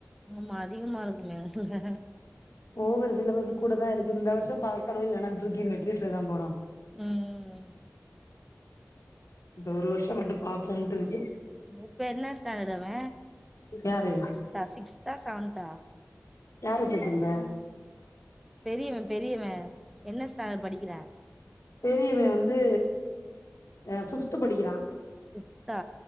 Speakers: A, in the centre; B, on the left (about 70°).
A: ஆமா அதிகமா இருக்குமே அதுல
B: ஒவர் சிலபஸ் கூட தா இருக்கு இந்த வருஷம் பாக்குணும் இல்லனா தூக்கி மெட்டிரிக்ல தான் போடனும்
A: உம்
B: இந்த ஒரு வருஷம் மட்டும் பாப்போம்ட்டு இருக்
A: இப்ப என்ன ஸ்டாண்டர்ட் அவே
B: யாரு
A: சிக்ஸ்த்தா சிக்ஸ்தா செவென்த்தா
B: யார சேத்திருந்த
A: பெரியவே பெரியவே என்ன ஸ்டாண்டர்ட் படிக்கிறா
B: பெரியவே வந்து ஆ ஃப்பித் படிக்கிறான்
A: ஃப்பித்தா